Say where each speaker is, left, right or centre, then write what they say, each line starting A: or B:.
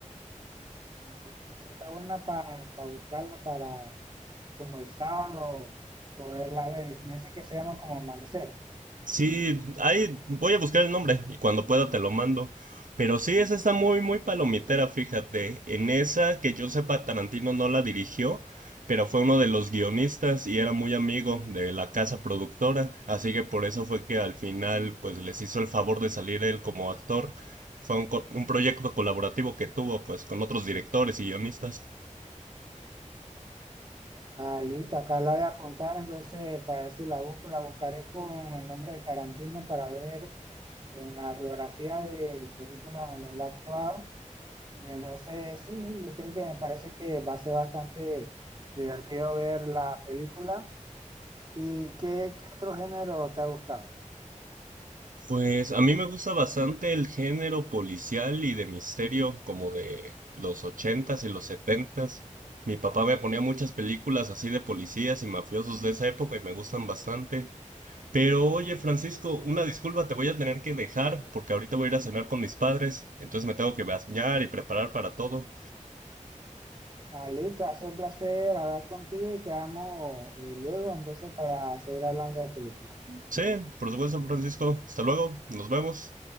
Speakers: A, on the right; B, on the right.
A: Ah, bueno, esa está buena para buscarla para como el sábado poderla ver. Y me dice que se llama como Amanecer.
B: Sí, ahí voy a buscar el nombre y cuando pueda te lo mando. Pero sí, esa está muy, muy palomitera, fíjate. En esa, que yo sepa, Tarantino no la dirigió, pero fue uno de los guionistas y era muy amigo de la casa productora, así que por eso fue que al final, pues les hizo el favor de salir él como actor. Fue un, co- un proyecto colaborativo que tuvo, pues, con otros directores y guionistas.
A: Ah, listo, acá la voy a apuntar, entonces para ver si la busco, la buscaré con el nombre de Tarantino para ver en la biografía de películas donde él ha actuado. Y entonces, sí, sí, yo creo que me parece que va a ser bastante divertido ver la película. ¿Y qué, qué otro género te ha gustado?
B: Pues a mí me gusta bastante el género policial y de misterio, como de los ochentas y los setentas. Mi papá me ponía muchas películas así de policías y mafiosos de esa época y me gustan bastante. Pero oye, Francisco, una disculpa, te voy a tener que dejar porque ahorita voy a ir a cenar con mis padres, entonces me tengo que bañar y preparar para todo.
A: Ah, listo, ha sido un placer hablar contigo y quedamos eh, luego entonces para seguir hablando de películas.
B: Sí, por supuesto, Francisco. Hasta luego, nos vemos.